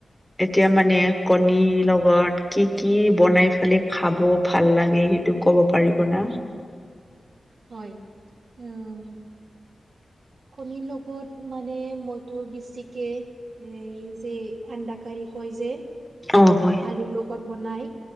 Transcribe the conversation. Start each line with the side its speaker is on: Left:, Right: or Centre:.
Centre: এতিয়া মানে কণীৰ লগত কি-কি বনাই ফালে খাব ভাল লাগে? সেইটো ক'ব পাৰিব না?
Right: হয় উম'। কণীৰ লগত মানে মইতো বেছিকে এ যে আণ্ডাকাৰী কয় যে এ
Centre: অ' হয়,
Right: আলুৰ লগত বনাই